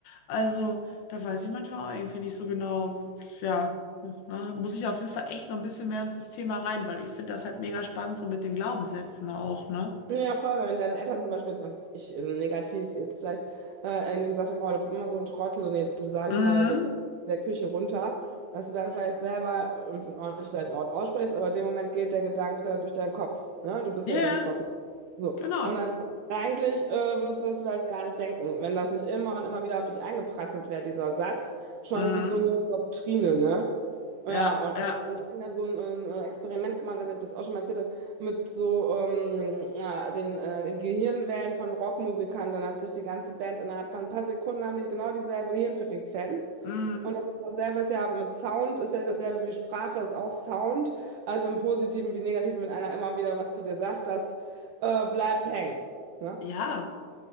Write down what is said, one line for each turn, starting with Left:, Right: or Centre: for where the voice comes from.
Left: Also, da weiß ich manchmal auch irgendwie nicht so genau, ja, ne, muss ich auf jeden Fall echt noch ein bisschen mehr ins Thema rein, weil ich finde das halt mega spannend, so mit den Glaubenssätzen auch, ne?
Right: Ja, voll, wenn deine Eltern zum Beispiel jetzt, was weiß ich, äh, negativ jetzt vielleicht äh, irgendwie gesagt haben, boah, du bist immer so ein Trottel und jetzt sage
Left: Mhm.
Right: ich mal dir in der Küche runter, dass du dann vielleicht selber äh, auch nicht vielleicht laut aussprichst, aber in dem Moment geht der Gedanke durch deinen Kopf, ne? Du bist
Left: Ja,
Right: ja so
Left: ja,
Right: ein Trottel. So,
Left: genau.
Right: und dann eigentlich äh, würdest du das vielleicht gar nicht denken, wenn das nicht immer und immer wieder auf dich eingeprasselt wäre, dieser Satz, schon
Left: Mhm.
Right: wie so eine Doktrine, ne? Ja,
Left: Ja,
Right: und,
Left: ja.
Right: und ich habe ja so ein äh, Experiment gemacht, weiß nicht, ob ich das auch schon mal erzählt mit so ähm, ja, den äh, Gehirnwellen von Rockmusikern. Dann hat sich die ganze Band innerhalb von ein paar Sekunden haben die genau dieselbe Hirnfrequenz.
Left: Mhm.
Right: Und das ist dasselbe ist ja mit Sound, ist ja dasselbe wie Sprache, ist auch Sound. Also im Positiven wie Negativen, wenn einer immer wieder was zu dir sagt, das äh, bleibt hängen. Ne?
Left: Ja,